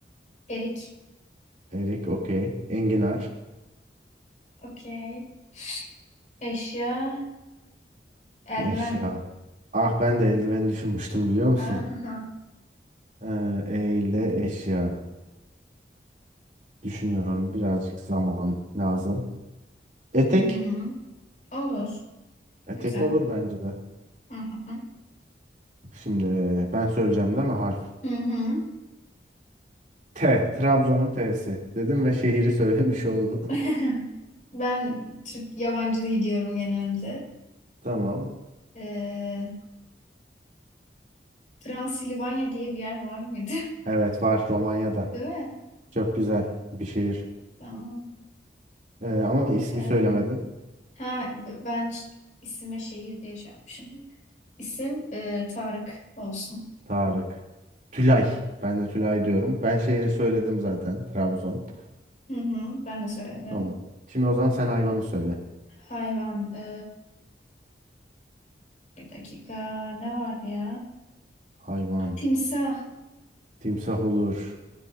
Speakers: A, on the left (about 45°); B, on the right (about 45°).
A: Erik.
B: Erik okey. Enginar.
A: Okey. Eşya. Eldiven.
B: Eşya. Ah ben de eldiveni düşünmüştüm biliyor musun?
A: Aha.
B: Ee, eğli eşya. Düşünüyorum birazcık zaman lazım. Etek.
A: Hı hı. Olur.
B: Etek
A: Güzel.
B: olur bence de.
A: Hı hı.
B: Şimdi ben söyleyeceğim değil mi harf?
A: Hı hı.
B: T. Trabzon'un T'si. Dedim ve şehri söylemiş oldu.
A: <laughs> Ben Türk yabancılığı diyorum genelde.
B: <laughs> Tamam.
A: Ee, Transilvanya diye bir yer var mıydı?
B: Evet var Romanya'da.
A: <laughs> Değil mi?
B: Çok güzel bir şehir.
A: Tamam.
B: Ee, ama ismi
A: Ee,
B: söylemedin.
A: Ha, b- ben ş- isime şehir diye şey yapmışım. İsim e, Tarık olsun.
B: Tarık. Tülay. Ben de Tülay diyorum. Ben şehri söyledim zaten. Trabzon.
A: Hı hı, ben de söyledim.
B: Tamam. Şimdi o zaman sen hayvanı söyle.
A: Hayvan. e, bir dakika. Ne vardı ya?
B: Hayvan.
A: Timsah.
B: Timsah olur.